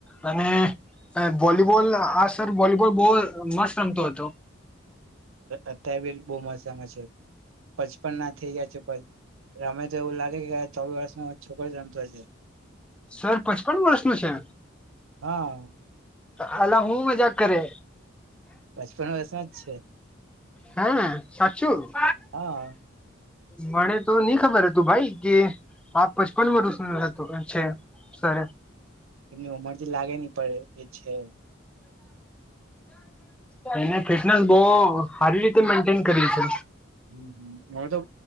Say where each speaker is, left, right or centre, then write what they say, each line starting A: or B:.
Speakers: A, in the centre; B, on the right.
A: અને વોલીબોલ આ સર વોલીબોલ બો મસ્ત રમતો હતો
B: અત્યારે બી બો મસ્ત રમે છે પચપન ના થઈ ગયા છે. રમે તો એવું લાગે કે ચૌદ વર્ષ નો છોકરો જ રમતો હોય
A: સર પચપન વર્ષનું છે
B: હા.
A: હાલા હું મજાક કરે
B: પચપન વર્ષના જ છે
A: હમ્મ સાચું
B: હા
A: મને તો નઈ ખબર હતું ભાઈ કે? આપ પચપન વરસ નુ હતું છે સાહે
B: એમની ઉમરથી લાગે નહી પડે એ છે.
A: હ એને ફિટનેસ બહ સારી રીતે મેન્ટેન કરી છે.
B: હમ હવે તો